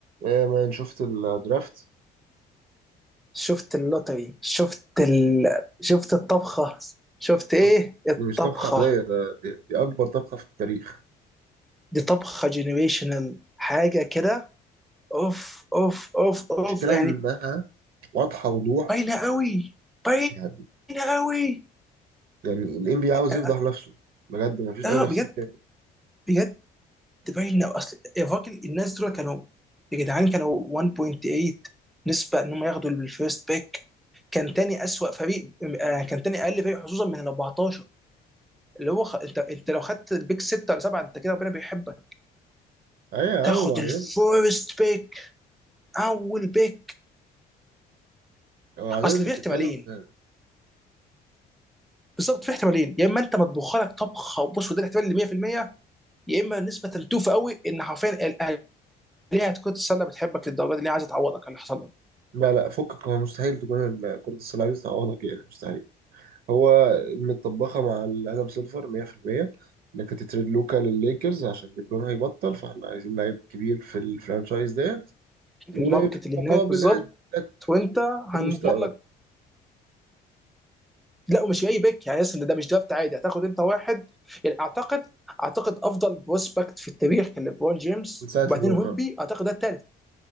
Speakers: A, on the right; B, in the centre.
A: ايه يا مان شفت الدرافت
B: شفت اللوتري شفت ال... شفت الطبخة شفت ايه
A: طب
B: الطبخة
A: دي مش طبخة عادية ده دي, دي أكبر طبخة في التاريخ
B: دي طبخة جينيريشنال حاجة كده اوف اوف اوف اوف
A: المشكلة
B: يعني
A: إنها واضحة وضوح
B: باينة قوي باينة
A: يعني
B: قوي
A: يعني ال NBA عاوز
B: اه
A: يفضح نفسه بجد مفيش
B: آه،
A: أي تفسير
B: بجد
A: تاني
B: بجد باينة اصل الراجل الناس دول كانوا يا جدعان كانوا 1.8 نسبة ان هم ياخدوا الفيرست بيك كان تاني اسوأ فريق آه، كان تاني اقل فريق حظوظا من ال 14 اللي هو خ... انت انت لو خدت البيك 6 ولا 7 انت كده ربنا بيحبك
A: أيوة يا
B: تاخد
A: عم وبعدين
B: الفيرست بيك اول بيك
A: وبعدين
B: اصل
A: أنت
B: في
A: بتتكلم
B: احتمالين
A: في
B: بالظبط في احتمالين يا اما انت مطبوخ لك طبخه وبص وده الاحتمال اللي 100% يا اما نسبه توفى قوي ان حرفيا الالهه تكون السله بتحبك للدرجه دي اللي هي عايزه تعوضك على اللي حصل لك
A: لا لا فكك هو مستحيل تكون ال- كرة السله دي تعوضها كده مستحيل هو متطبخة مع ال آدم سيلفر 100% إنك هتتريد لوكا للليكرز عشان ليبرون هيبطل فإحنا عايزين لعيب كبير في الفرانشايز ديت وفي
B: الماركت اللي
A: المقابل
B: هناك بالظبط
A: هديك
B: وانت هنضمن
A: المستقبل
B: لك لا ومش اي بيك يعني ان ده مش درافت عادي هتاخد انت واحد يعني اعتقد اعتقد افضل بروسبكت في التاريخ كان ليبرون جيمس
A: من ساعة
B: وبعدين
A: ليبرون
B: ويمبي
A: اه
B: اعتقد ده الثالث